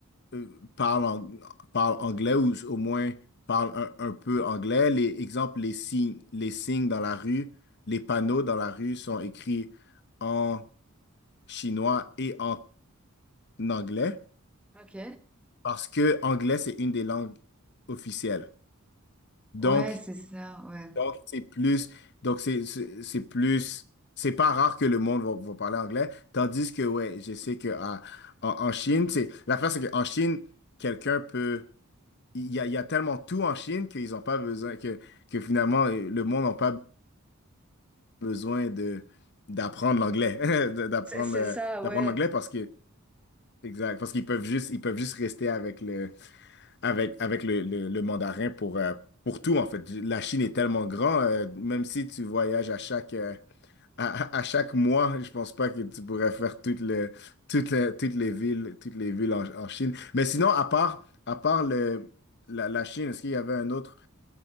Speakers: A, on the left (about 50°); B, in the centre.
A: euh, parle, ang- parle anglais ou au moins parle un, un peu anglais. Les exemples, les signes, les signes dans la rue, les panneaux dans la rue sont écrits en chinois et en anglais.
B: Ok.
A: Parce que anglais, c'est une des langues officielles. Donc,
B: Ouais, c'est ça, ouais.
A: donc c'est plus, donc c'est c'est c'est plus, c'est pas rare que le monde va, va parler anglais. Tandis que, ouais, je sais que à- en, en Chine, c'est l'affaire, c'est qu'en Chine, quelqu'un peut, il y a, il y a tellement tout en Chine qu'ils n'ont pas besoin, que, que finalement, euh, le monde n'a pas besoin de d'apprendre l'anglais, <laughs> de- d'apprendre
B: C'est c'est
A: euh,
B: ça,
A: d'apprendre
B: ouais.
A: l'anglais parce que, exact, parce qu'ils peuvent juste, ils peuvent juste rester avec le avec, avec le, le, le mandarin pour, euh, pour tout, en fait. La Chine est tellement grand, euh, même si tu voyages à chaque, euh, à, à- à chaque mois, je pense pas que tu pourrais faire toutes le, toutes le- toutes les villes, toutes les villes en, en Chine. Mais sinon, à part, à part le, la, la Chine, est-ce qu'il y avait un autre